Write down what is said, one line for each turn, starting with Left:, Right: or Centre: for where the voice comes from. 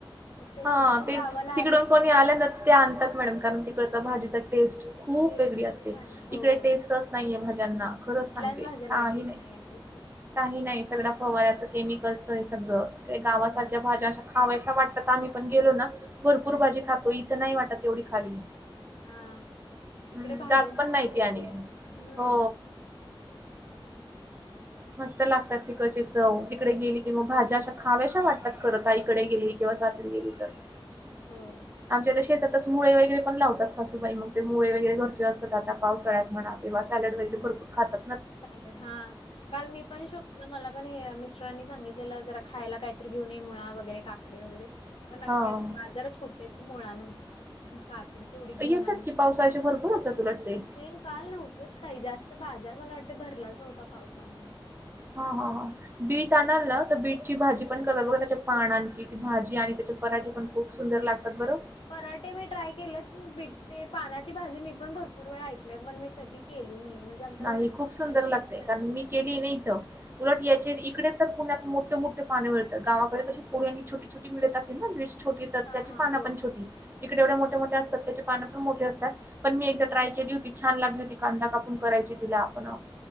Left: मग ते
Right: हा
Left: कधी पण
Right: तेच
Left: गावाला
Right: तिकडून
Left: आले
Right: कोणी
Left: का नाही.
Right: आलं ना ते आणतात मॅडम कारण तिकडचा भाजीचा टेस्ट खूप
Left: टेस्ट
Right: वेगळी
Left: खूप
Right: असते
Left: छान आहे
Right: तिकडे
Left: हो हो
Right: टेस्ट अस. नाय्य भाज्यांना खरंच
Left: कुठल्याच
Right: सांगते
Left: भाज्यांना
Right: काही
Left: टेस्ट
Right: नाही.
Left: आहे तशी
Right: काही नाही सगळ्या फवऱ्याचं केमिकलस हे सगळं तिकडे गावासारख्या
Left: हा
Right: भाज्या अशा खावायश्या वाटतात. आम्ही पण गेलो ना भरपूर
Left: हा
Right: भाजी
Left: हा
Right: खातो इथं नाही वाटत तेवढी खावी.
Left: हा इकडे
Right: हम्म
Left: भाज्यांची
Right: जात पण नाहीती
Left: चव वेगळी
Right: आणि
Left: असते हम्म
Right: हो. मस्त लागतात त कचित. जा तिकडे गेली किं मवा भाज्या अशा खाव्याशा वाटतात खरंच आईकडे गेली किंवा जाचरी गेली तरस.
Left: हो.
Right: आमच्या त्या शेतातच मुळे वगैरे पण लावतात सासूबाई मग ते मुळे वगैरे घरचे असतात आता पावसाळ्यात म्हणत. तेव्हा सॅलड वगैे भरपरात.
Left: सॅलेड हा काल मी पण शो. मला पण मिस्टरांनी सांगितलेलं जरा खायला काहीतरी घेऊन ये मुळा वगैरे काकडे वगैरे. पण अखख्या
Right: हा
Left: बाजारात कुठेच मुळा नव्हत. काकडी तेवढी घेऊन
Right: येतात
Left: आली
Right: की पावसाळ्याचे भरपूर असतात उलट ते
Left: नाही. काल नव्हतंच काही जास्त बाजार मला वाटते भरलाच नव्हता पावसामुळे.
Right: हा हा हा बीट
Left: हम्म.
Right: आणाल ना तर बीट. ची भाजी पण करतात बघा त्याच्या पानांची ती भाजी आणि त्याचे पराठे पण खूप सुंदर लागतात बरो.
Left: पराठे मी ट्राय केले बते ते पानाची भाजी मी पण भरपूर वेळ ऐकले पण मी कधी केली नाही. आमच्या
Right: नाही
Left: घरात
Right: खूप
Left: कोण
Right: सुंदर
Left: खाईल
Right: लागते
Left: नाही खाईल
Right: कारण
Left: म्हणून
Right: मी केली नाहीथ. उलट यायचे इकडे तर पुण्यात मोठे मोठे पाने मिळतात गावाकडे कशी को आणि छोट. ळ असे नाी छोटी तर
Left: हां
Right: त्याची
Left: हां
Right: पाना
Left: हो.
Right: पण छोटी इकडे एव
Left: हां
Right: मोठे मोठे असतात त्याचे पाना. मोठे असतात पण मी एकदा ट्राय केली होती छान लागली होती कांदा कापून करायची तिला आपण.